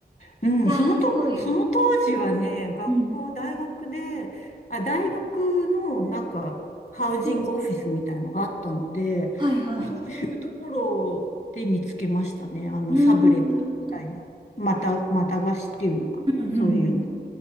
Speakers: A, on the left; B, on the right.
A: うん、
B: いやー、
A: そのと、
B: すごい。
A: その当時はね、学校、
B: うん。
A: 大学で、あ、大学のなんか、ハウジングオフィスみたいのがあったので、
B: おはいはい。
A: そういうところで見つけましたね。あの、
B: うーん、
A: サブレットみたいの。
B: なるほど。
A: また、また貸しっていうのかな。
B: うんうんうん。
A: そういうの。